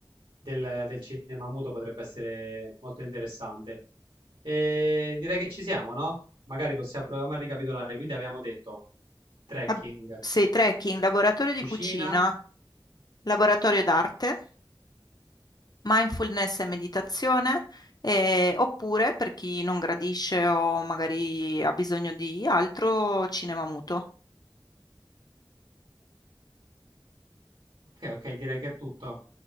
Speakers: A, on the right; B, on the left.
A: del del cinema muto potrebbe essere molto interessante. E direi che ci siamo, no? Magari possiamo provare a ricapitolare. Quindi avevamo detto trekking,
B: Ab- Sei trekking, laboratorio
A: cucina.
B: di cucina, laboratorio d'arte. mindfulness e meditazione, eh, oppure per chi non gradisce o magari ha bisogno di altro, cinema muto.
A: Ok, ok, direi che è tutto.